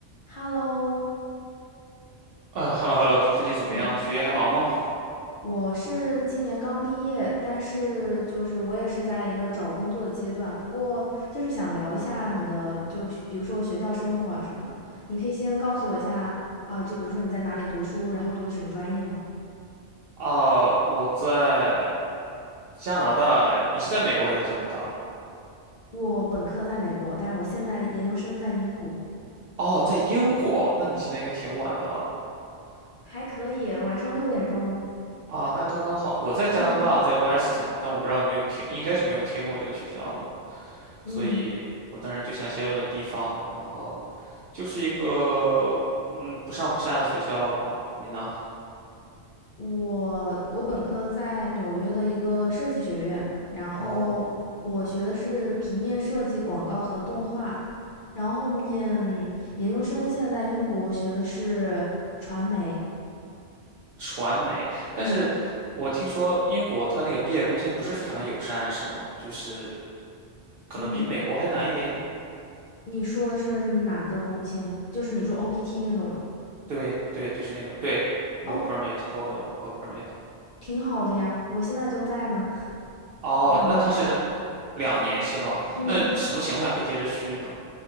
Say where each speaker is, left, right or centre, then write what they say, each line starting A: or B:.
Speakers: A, on the left; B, on the right.
A: Hello，
B: 啊，hello hello，最近怎么样？
A: 嗯，
B: 学业还忙吗？
A: 我是今年刚毕业，但是就是我也是在一个找工作的阶段。不过就是想聊一下你的，就比如说学校生活啊什么的，你可以先告诉我一下啊，就比如说你在哪里读书，然后读的什么专业吗？
B: 啊，我在加拿大，你是在美国还是在加拿大？
A: 我本科在美国，但是我现在研究生在英国，
B: 哦，在英国，那你现在应该挺晚的了。
A: 还可以。晚上六点钟，
B: 啊，那刚刚好。我在加拿大，
A: 嗯
B: 在 w e s t e r n 但我不知道你们有听，应该是没有听过这个学校的，
A: 嗯。
B: 所以我当然就想先问问地方，然后就是一个嗯不上不下的学校吧。你呢？
A: 我我本科在纽约的一个设计学院，然后我学的是平面设计、
B: 哦，
A: 广告和动画，然后后面研究生现在在英国学的是传媒。
B: 传媒，但是我听说英国它那个毕业工签不是非常的友善，
A: 嗯
B: 是吗？就是可能比美国还难一点。
A: 嗯，你说的是哪个工签？就是你说 OPT 那种吗？
B: 对对，就是那种对 work
A: 哦，
B: permit open work permit。
A: 挺好的呀，我现在就在呢，<laughs>
B: 哦，
A: 两年。
B: 那它是两年是吗？
A: 嗯，
B: 那什么情况下可以接着续呢？